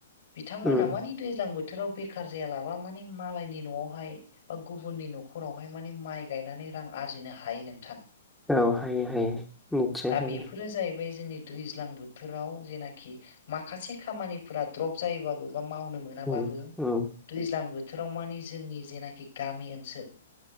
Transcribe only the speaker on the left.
बिथांमोना
मानि दैज्लां बो बोथोराव बेखार जायालाबा मानि मालायनि न'आवहाय बा गुबुननि न'खरावहाय माने माइ गायनानै रां आरजिनो हायो नोंथां
दा
बेफोरो जाहैबाय जोंनि दैज्लां बोथोराव जेनाखि माखासे खामानिफोरा द्रप जायोबाबो बा मावनो मोनाबाबो
दैज्लां बोथ बोथोराव मानि जोंनि जेनाखि गामि ओनसोल